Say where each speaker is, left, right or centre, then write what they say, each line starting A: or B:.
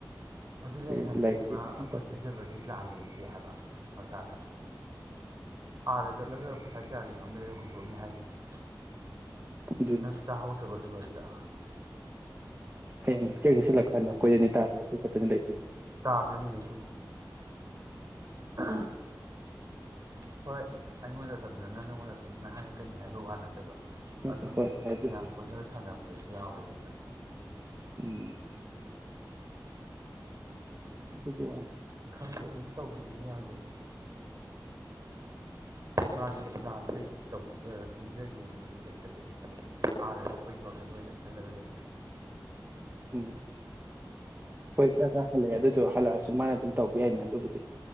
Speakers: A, on the right; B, on the right.
A: ꯑꯗꯨꯗꯤ
B: ꯑꯩꯈꯣꯏ
A: ꯑꯩ ꯍꯥꯏꯁꯦ
B: ꯂꯩꯔꯗꯤ
A: ꯏꯃꯥ
B: ꯑꯗꯨꯝ
A: ꯑꯩꯈꯣꯏ
B: ꯇꯧ
A: ꯄꯤꯖꯕꯒꯤ ꯄ꯭ꯂꯥꯟ ꯂꯩꯇꯦ ꯍꯥꯏꯕ ꯃꯁꯥꯗ ꯑꯥꯗ ꯆꯠꯂꯒ ꯄꯩꯁꯥ ꯀꯌꯥꯒꯤꯅꯣꯝ ꯂꯩꯔꯒ ꯍꯨꯟꯇꯣꯛꯑꯅꯤ ꯍꯥꯏꯗꯨꯗꯤ
B: ꯑꯗꯨꯅ
A: ꯅꯪ ꯇꯥꯍꯧꯗ꯭ꯔꯕ ꯑꯗꯨꯋꯥꯗꯤ ꯕ
B: ꯍꯝ ꯆꯦꯛ ꯍꯁꯤꯜꯂꯀꯥꯟꯗ
A: ꯑꯗꯨꯅꯤ
B: ꯑꯩꯈꯣꯏꯗꯅꯤ ꯇꯥꯕꯗ ꯑꯩꯈꯣꯏ ꯈꯛꯇꯅꯤ ꯂꯩꯗꯗ
A: ꯇꯥꯗꯣꯏꯅꯦ ꯎ ꯍꯣꯏ ꯑꯩꯉꯣꯟꯗ ꯑꯇꯝꯅꯅ ꯅꯪꯉꯣꯟꯗ ꯑꯝꯅ ꯍꯥꯏꯔꯛꯀꯅꯤ ꯍꯥꯏꯕ ꯋꯥ ꯅꯠꯇꯕ
B: ꯅꯠꯇ꯭ꯔ
A: ꯑꯗꯨꯝ
B: ꯍꯣꯏ ꯍꯣꯏ ꯍꯥꯏꯗꯤ
A: ꯃꯌꯥꯝ ꯄꯨꯜꯂꯒ ꯁꯥꯟꯅꯕꯗꯗꯒꯤ ꯌꯥ ꯑꯣꯏꯗꯤ
B: ꯎꯝ ꯇ ꯀ ꯋꯥꯅꯤ
A: ꯈꯪꯗꯦ ꯑꯗꯨꯝ ꯇꯧꯕꯗꯨꯗ ꯌꯥꯗꯕꯅꯤ ꯃꯥꯁꯦ ꯄ꯭ꯂꯥꯟꯁꯦ ꯄꯤꯖꯒꯦꯅꯗꯤ ꯂꯩꯇꯕꯒꯤꯅꯦꯕ ꯑꯥꯗ ꯆꯠ ꯑꯩꯈꯣꯏꯒꯤ ꯋꯥꯈꯟꯗ ꯑꯣꯏꯅ ꯈꯜꯂꯒ ꯂꯩ
B: ꯎꯝ ꯍꯣꯏ ꯆ ꯆ ꯍꯜꯂꯛꯑꯦ ꯑꯗꯨꯗꯣ ꯍꯜꯂꯛꯑꯁꯨ ꯃꯥꯅ ꯑꯗꯨꯝ ꯇꯧꯕ ꯌꯥꯏꯅꯦ ꯑꯗꯨꯕꯨꯗꯤ